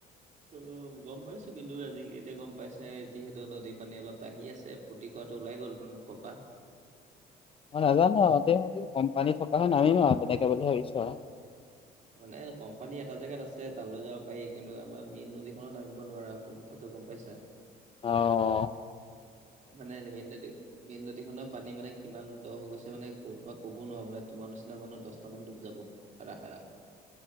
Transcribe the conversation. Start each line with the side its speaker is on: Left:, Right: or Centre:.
Right: ত' গম পাইছো কিন্তু আজি এতিয়া গম পাইছাই যিহেতু নদীৰ পানী অলপ বাঢ়ি আছে। ফূৰ্তি কৰাটো ওলাই গ'ল মোৰ মুখৰপৰা।
Left: মই নাজানো নহয় এতিয়া। কম পানী থকা হয় নামিম আৰু তেনেকে বুলি ভাবিছো আৰু।
Right: মানে কম পানী এটা জেগাত আছে তালৈ যাব পাৰি কিন্তু আমাৰ মেইন নদীখনত নামিব নোৱাৰা। ক কথাতো গম পাইছা?
Left: অ', অ'
Right: মানে <inaudible> মেইন নদীখনৰ পানী মানে কিমান দৰ হৈ গৈছে মানে তোমাক ক'ব নোৱাৰো মানে তোমাৰ নিচিনা মানুহ দহটা মান ডুব যাব। <inaudible>